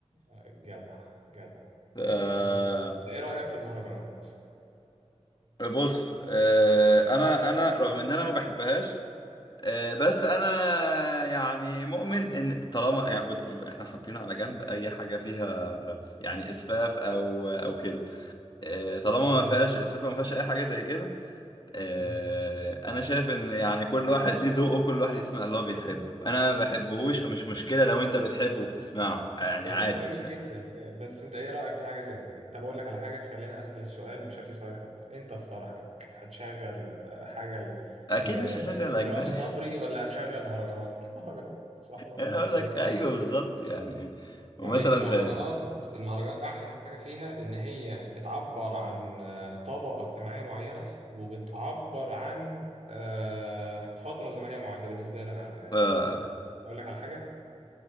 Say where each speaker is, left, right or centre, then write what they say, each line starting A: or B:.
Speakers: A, on the right (about 75°); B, on the left (about 40°).
A: آه، جدع جدع
B: آه،
A: طب بص إنت ايه رأيك في المهرجانات
B: بص آه، انا انا رغم ان انا ما بحبهاش آه، بس انا يعني مؤمن ان طالما يعني وت- احنا حاطين على جنب اي حاجه فيها يعني اسفاف او او كده آه، طالما
A: جميل
B: ما فيهاش اسفاف أو ما فيهاش اي حاجه زي كده آه،
A: امم
B: انا شايف ان يعني كل واحد ليه ذوقه كل واحد يسمع اللي هو بيحبه انا ما بحبهوش
A: جميل
B: فمش
A: جدا
B: مشكله لو انت بتحبه وبتسمعه آه، يعني
A: يا
B: عادي
A: باشا جميل جدا إيه، بس انت ايه رأيك في حاجة زي كده طب اقول لك على حاجة خليني اسأل السؤال بشكل صريح اكتر انت في فرحك هتشغل آه، حاجة ل...
B: اكيد
A: ل...
B: مش هشغل
A: لرامي
B: اجنبي
A: صبري
B: <laughs>
A: ولا هتشغل مهرجانات اكيد مهرجانات صح ولا انا
B: انا
A: غلطان
B: اقول لك ايوه بالظبط يعني
A: يعني
B: ومثلا
A: المهرجانات
B: في
A: المهرجانات احلى حاجة فيها ان هي بتعبر عن آه، طبقة اجتماعية معينة وبتعبر عن آه، فترة زمنية معينة ده بالنسبة لي انا على الاقل
B: اه
A: يعني اقول لك على حاجة